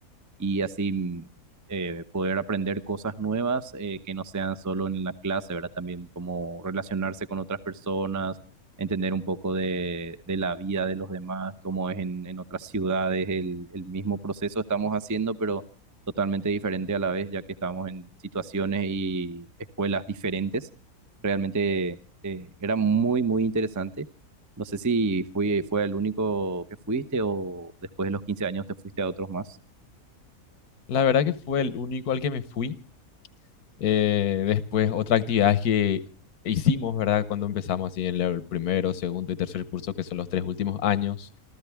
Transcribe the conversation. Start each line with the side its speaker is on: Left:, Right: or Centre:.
Right: y así mm, eh, poder aprender cosas nuevas eh, que no sean solo en la clase, ¿verdad? También como relacionarse con otras personas, entender un poco de, de la vida de los demás, cómo es en, en otras ciudades, el, el mismo proceso estamos haciendo, pero totalmente diferente a la vez, ya que estamos en situaciones y escuelas diferentes. Realmente eh, era muy, muy interesante. No sé si fui, fue el único que fuiste o después de los 15 años te fuiste a otros más.
Left: La verdad que fue el único al que me fui Eh, después, otras actividades que hicimos, ¿verdad? Cuando empezamos así en el primero, segundo y tercer curso, que son los tres últimos años,